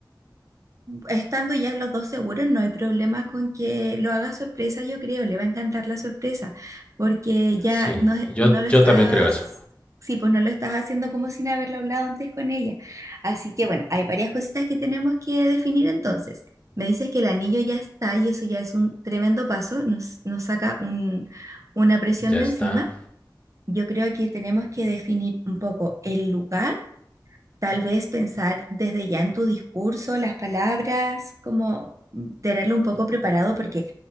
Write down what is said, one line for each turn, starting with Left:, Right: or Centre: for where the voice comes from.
Right: Estando ya los dos seguros, no hay problema con que lo haga sorpresa, yo creo, le va a encantar la sorpresa, porque ya
Left: Sí,
Right: no, es-
Left: yo,
Right: no lo
Left: yo
Right: estás,
Left: también creo eso.
Right: sí, pues no lo estás haciendo como sin haberlo hablado antes con ella. Así que bueno, hay varias cositas que tenemos que definir entonces. Me dices que el anillo ya está y eso ya es un tremendo paso, nos, nos saca un, una presión
Left: Ya
Right: de
Left: está.
Right: encima. Yo creo que tenemos que definir un poco el lugar Tal vez pensar desde ya en tu discurso, las palabras, como tenerlo un poco preparado, porque